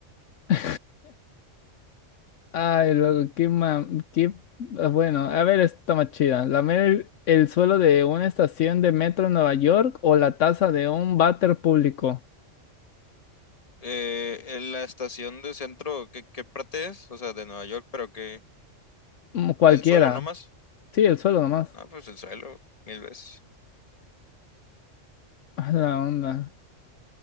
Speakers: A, on the left; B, on the left.
A: <laughs> Ay, loco, qué ma... qué... ah, Bueno, a ver, esta está más chida. ¿Lamer el, el suelo de una estación de metro en Nueva York o la taza de un váter público?
B: Eh, en la estación de centro, ¿qué, qué parte es? O sea, de Nueva York, pero que...
A: Mm, Cualquiera.
B: ¿El suelo nomás?
A: Sí, el suelo nomás.
B: No, pues el suelo, mil veces.
A: A la onda.